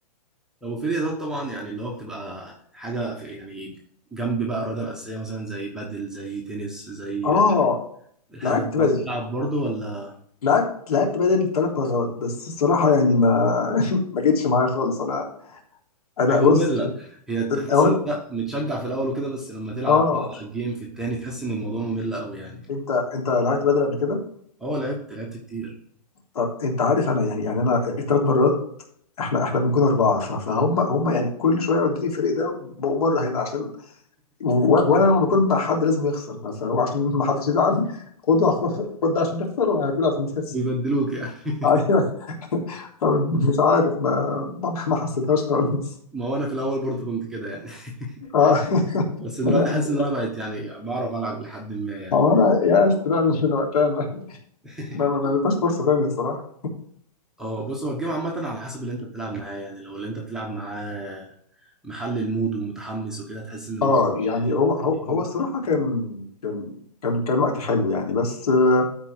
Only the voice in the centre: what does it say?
لو في رياضات طبعا يعني اللي هو بتبقى حاجه في يعني جنب بقى الرياضه الاساسيه مثلا زي بادل زي تنس زي
الحاجات
دي
بتلعب برضو ولا
هي
مملة هي تحس
ان انت متشجع في الاول وكده بس لما تلعب
بقى جيم في التاني تحس ان الموضوع ممل قوي يعني
اه لعبت لعبت كتير
بيبدلوك يعني <laughs>
ما هو انا في الاول برضه كنت كده يعني <laughs>
بس دلوقتي
حاسس
ان انا بقيت يعني بعرف العب لحد ما يعني
<laughs>
اه بص هو الجيم عامة على حسب اللي انت بتلعب معاه يعني لو اللي انت بتلعب معاه محل المود ومتحمس وكده هتحس ان الموضوع
حلو
فاهمني؟